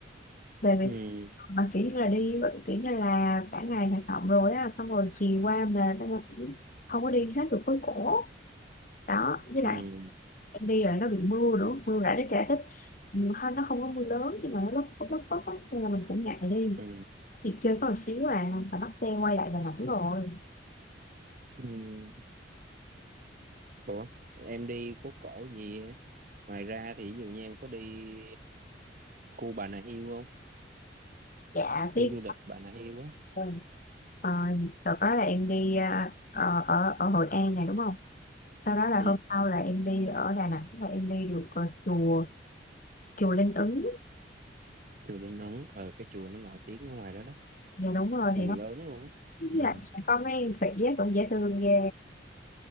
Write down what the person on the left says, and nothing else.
bởi vì
mà kiểu như là đi kiểu như là cả ngày hoạt động rồi á xong rồi chiều qua mệt không có đi hết được phố cổ đó với
lại em đi rồi nó bị mưa nữa mưa rả nó trẻ thích Ừ, hơn nó không có mưa lớn nhưng mà nó lất phất lất phất á nên là mình cũng ngại đi
Chị chơi có một xíu à, phải bắt xe quay lại Đà Nẵng rồi.
Dạ,
tiếp.
Ừ. Ờ, đợt đó là em đi à, ờ, ở ở Hội An này đúng không? Sau đó là
hôm sau là em đi ở Đà Nẵng là em đi được ờ, chùa chùa Linh Ứng.
Dạ đúng rồi
thì nó
lại
có mấy khỉ á, cũng dễ thương ghê